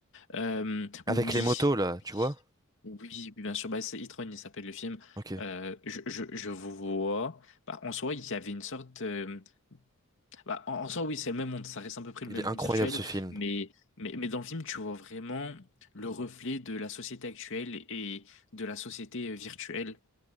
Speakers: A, on the left (about 60°); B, on the right (about 15°).
A: Euh, oui.
B: Avec les motos, là,
A: Oui.
B: tu vois?
A: Oui, oui, bien sûr. Bah, c'est Itron, il s'appelle le film.
B: Ok.
A: Euh, je, je, je vous vois. Bah, en soi, il y avait une sorte. euh, Bah, en, en soi, oui, c'est le même monde. Ça reste à peu près le
B: Il
A: même
B: est incroyable
A: monde virtuel.
B: ce film.
A: Mais, mais, mais dans le film, tu vois vraiment le reflet de la société actuelle et de la société euh, virtuelle.